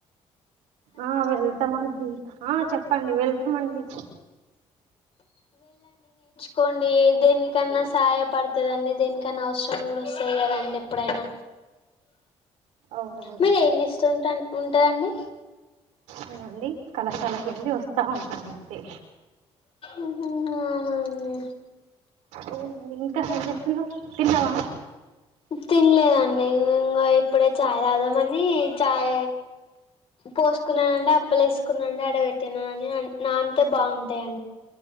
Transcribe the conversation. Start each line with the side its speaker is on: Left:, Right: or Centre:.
Right: ఆ వెళ్తమండి ఆ చెప్ చెప్పండి వెళ్తమండి
Left: కొండి దేనికన్న సహాయపడతదండి దేనికన్నా అవసరం గుడ వస్తది గదండి ఎప్పుడైనా
Right: అవునవును
Left: మీరేం జేస్తుంట ఉంటరండి
Right: న అండి కళాశాలకు వెళ్లి వస్తా ఉంటాను అంతే
Left: ఉమ్ హు అవునా అండి
Right: అవునండి ఇంక ఏంజేస్తున్నావ్ తిన్నవా?
Left: తినలేదండి ఇంగొ ఇప్పుడే చాయ్ తాగుదామన్ చాయ పోసుకున్ననండి అప్పలేసుకున్నాండి అడ బెట్ తినన్ నాన్తె బాగుంటయన్